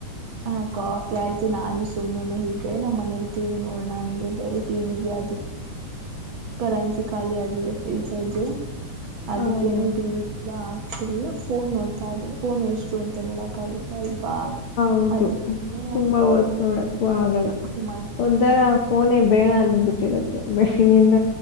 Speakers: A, on the right; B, on the left.
A: ಹ ಕಾಫಿ ಆಯ್ತು ನಾನು ಸುಮ್ನೆ ಇದ್ರೆ ನಮ್ಮ್ ಮನೇಲಿ ಟಿವಿ ನೋಡಣ ಅಂದ್ರೆ ಬೇರೆ ಟಿವಿಗೆ ಕರೆನ್ಸಿ ಖಾಲಿ ಆಗಿದೆ ಈಚು ಅದಕ್ಕೇನೆ
B: ಹೌದಾ
A: ಟಿವ ವಿ ಕೂಡ ಆ ಆ ಫೋನ್ ನೋಡ್ತಾ ಇದೆ ಫೋನ್ ಎಷ್ಟು ಅಂತ ನೋಡಕ್ ಆಗುತ್ತೆ ಅಲ್ವಾ
B: ಹೌದು
A: ಅದಕ್ಕೇನೆ
B: ತುಂಬಾ ತ್ ನೋಡಕೂ ಆಗಲ್ಲ
A: ಆಫ್ ಮಾಡು
B: ಒಂಥರ ಫೋನೇ ಬೇಡ ಅನ್ಸಬಿಟ್ಟಿರುತ್ತೆ ಬೆಿಂದ